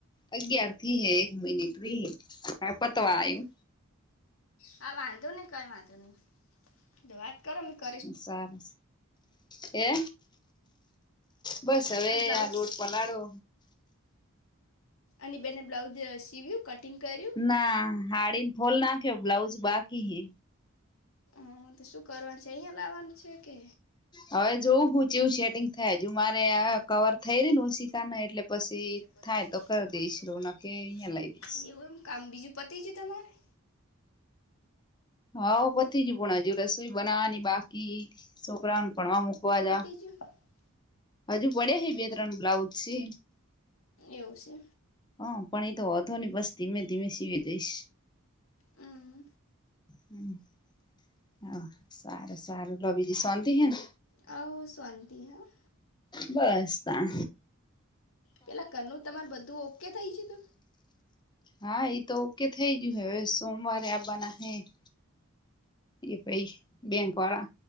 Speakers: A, on the left; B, on the left.
A: અગિયાર થી હે એક મિનિટ ર હ પતવા
B: હા
A: આવું
B: હા વાંધો નહી કર વાંધાની તો વાત કરો મ
A: સારું કે બસ હવે
B: આ બ્લાઉઝ
A: યાર લોટ પલાડો
B: અને બેને બ્લાઉઝ સીવ્યું કટિંગ કર્યું
A: ના હાડીને ફોલ નાખે બ્લાઉજ બાકી હે
B: હા તો શું કરવાનું છે અહીયાયા લાવવાનું છે કે
A: હવે જોવું હું છેવું સેટિંગ થાય હજુ મારે કવર થઈ ર ને ઉશીતા ન એટલે પછી
B: એ પછી
A: થાય તો કરી
B: થાય
A: દઈશ
B: તો
A: રો
B: કરી
A: ન
B: દઈશ
A: કે અહિયાં લઈ દઈશ
B: એવું એમ કામ બીજું પતીજ તમારે
A: હા પતિ જ પણ હજુ રસોઈ બનાવાની બાકી છોકરાઓને ભણવા મુકવા જાવા
B: બજ
A: હજુ પડ્યા હ બે ત્રણ બ્લાઉઝ છે
B: એવું છે.
A: હા પણ એતો હતો ને બસ ધીમે ધીમે સીવે જઈશ
B: હમ
A: હમ હ સારું સારું લો બીજી સોતી હેને
B: હ સોતી હાં
A: બસ તા
B: પેલા કરનું તમારે બધું ઓકે થઈ છે ત
A: હા એ તો ઓકે થઈ ગયું હવે સોમવારે આવવાના હ એ ભાઈ બેંક વાળા